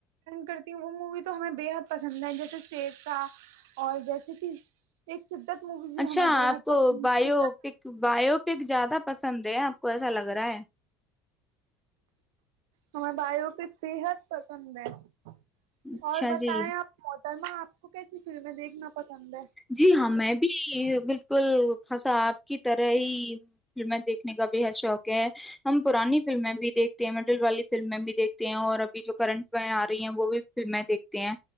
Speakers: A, on the right; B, in the centre.
A: کرتی ہ وہ مووی تو ہمیں بےحد پسند ہے جیسے شیرسا اور جیسے کہ ایک شدت مووی بھی
B: اچھا
A: ہمیں بےحد
B: آپ کو
A: پسند
B: بایو پک بایو پک زیادہ پسند ہے آپ کو ایسا لگ رہا ہے
A: ہمار بائیو پ فری ہےت پسند د
B: اچھا
A: اور بتائیں
B: جی
A: آپ سرما آپ کو کیسی فلمیں دیکھنا پسند ہے
B: جی ہاں میں بھی بالکل الکل خاسا آپ کی طرح ہی فلمیں دیکھنے کا بے حد شوق ہے ہم پرانی فلمیں بھی دیکھتے ہیں مڈل والی فلمیں بھی دیکھتے ہیں اور ابھی جو کرنٹ ویں آ رہی ہیں وہ بھی فلمیں دیکھتے ہیں